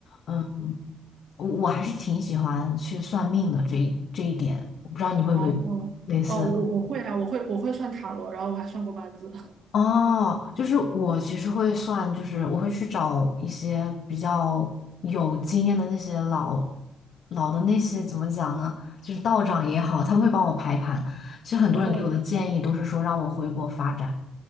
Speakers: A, on the left; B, on the right.
A: 嗯，我我还是挺喜欢去算命的这一这一点，我不知道你会不会
B: 哦
A: 类似的
B: 哦，我我会啊，我会我会算塔罗，然后我还算过八字。<laughs>
A: 哦，就是我其实会算，就是我会去找一些比较有经验的那些老老的那些怎么讲呢？就是道长也好，他们会帮我排盘。其实很多人给我的建议都是说让我回国发展。
B: 哦